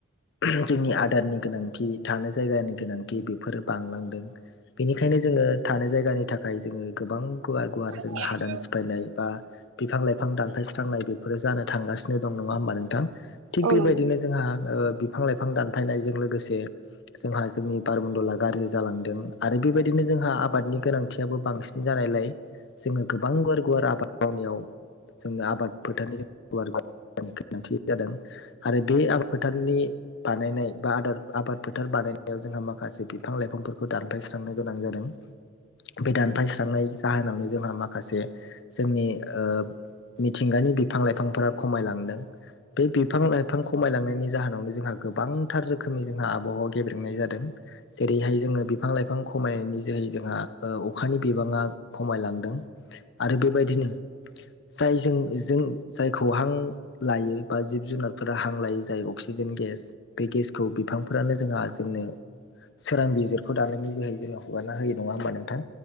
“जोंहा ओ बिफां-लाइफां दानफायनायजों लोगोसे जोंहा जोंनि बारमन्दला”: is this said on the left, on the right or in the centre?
Left